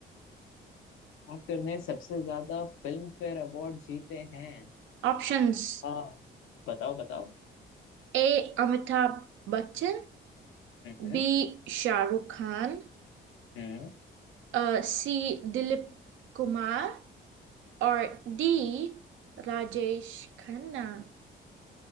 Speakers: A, on the left; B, on the right.
A: एक्टर ने सबसे ज्यादा फिल्म फेयर अवार्ड जीते हैं
B: Options
A: हाँ बताओ बताओ
B: A Amitabh Bachchan
A: हम्म हम्म
B: B Shahrukh Khan
A: हम्म।
B: अ, सी दिलीप कुमार और डी राजेश खन्ना